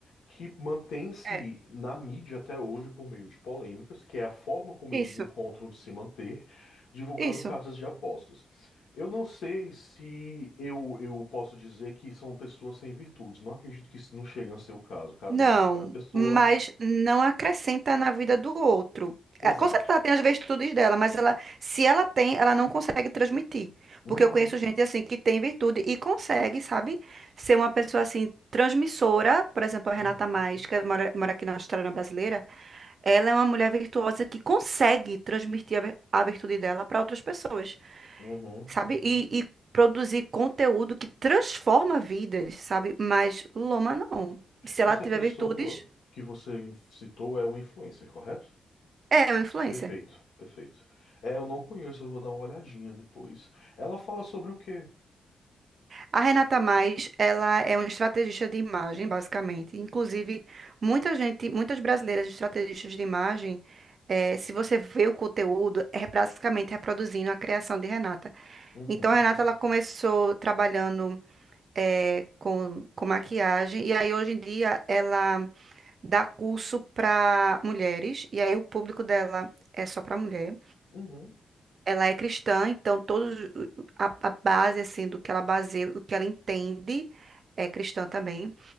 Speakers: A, on the left (about 80°); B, on the right (about 50°).
A: que mantém-se
B: É.
A: na mídia até hoje por meio de polêmicas, que é a forma como
B: Isso,
A: eles encontram de se manter, divulgando
B: isso.
A: casas de apostas. Eu não sei se eu, eu posso dizer que são pessoas sem virtudes. Não acredito que isso não chegue a ser o caso, cara.
B: Não,
A: Eu acho que cada pessoa.
B: mas não acrescenta na vida do outro. É,
A: Exato.
B: Com certeza ela tem as virtudes dela, mas ela, se ela tem, ela não consegue transmitir.
A: Uhum,
B: Porque eu conheço gente assim que tem virtude e consegue, sabe? Ser uma pessoa assim transmissora, por exemplo, a
A: uhum,
B: Renata Mais, que mora, mora aqui na Austrália brasileira, ela é uma mulher virtuosa que consegue transmitir a, vi- a virtude dela para outras pessoas.
A: uhum.
B: sabe? E, e produzir conteúdo que transforma vidas, sabe? Mas Loma não. Se ela
A: Essa
B: tiver
A: pessoa
B: virtudes,
A: que você citou é uma influencer, correto?
B: é uma influencer.
A: Perfeito, perfeito. É, eu não conheço, eu vou dar uma olhadinha depois. Ela fala sobre o quê?
B: A Renata Mais, ela é uma estrategista de imagem, basicamente. Inclusive, muita gente, muitas brasileiras estrategistas de imagem, eh, se você vê o conteúdo, é basicamente reproduzindo a criação de Renata.
A: Uhum.
B: Então, a Renata, ela começou trabalhando eh, com, com maquiagem, e aí hoje em dia ela dá curso para mulheres, e aí o público dela é só para mulher.
A: Uhum,
B: Ela é cristã, então todos o- o- a, a base assim do que ela baseia, o que ela entende é cristã também.